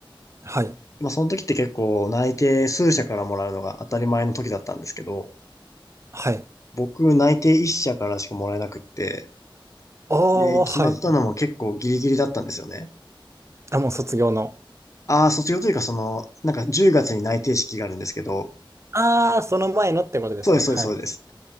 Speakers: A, on the right; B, on the left.
A: はい、
B: まあ、その時って結構内定数社からもらうのが当たり前の時だったんですけど、
A: はい。
B: 僕内定1社からしかもらえなくって、
A: ああ、
B: で、決まったのも結構ギリギリだったんですよね。
A: はい。あ、もう卒業の。
B: ああ、卒業というかその、なんか10月に内定式があるんですけど、
A: ああ、その前のってことですね。
B: そうです、そうです、
A: はい。
B: そうです。